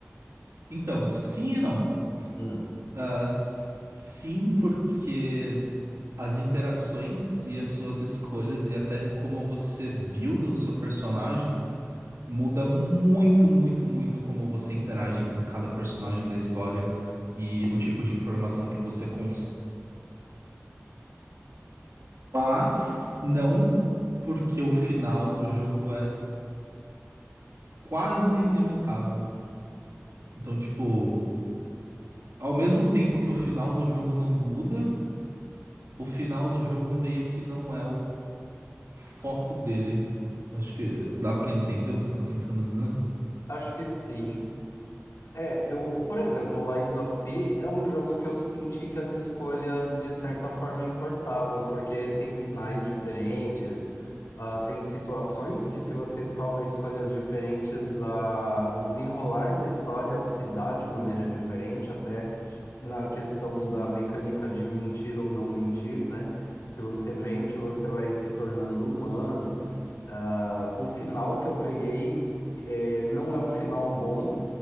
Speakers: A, on the right (about 75°); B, on the left (about 80°).
A: Então, sim e não.
B: Hum,
A: Ah, sim, porque as interações e as suas escolhas e até como você builda o seu personagem Muda muito, muito, muito como você interage com cada personagem da história e o tipo de informação que você consome. Mas não porque o final do jogo é quase imutável. Então, tipo, ao mesmo tempo que o final do jogo não muda, o final do jogo meio que não é o foco dele. Acho que dá pra entender o que eu tô tentando dizer.
B: acho que sim. É, eu, por exemplo, Lies of P é um jogo que eu senti que as escolhas de certa forma importavam, porque tem finais diferentes, ah, tem situações que se você toma escolhas diferentes, ah, o desenrolar da história se dá de maneira diferente, até na questão da mecânica de mentir ou não mentir, né? Se você mente, você vai se tornando humano. Ah, o final que eu peguei eh, não é um final bom,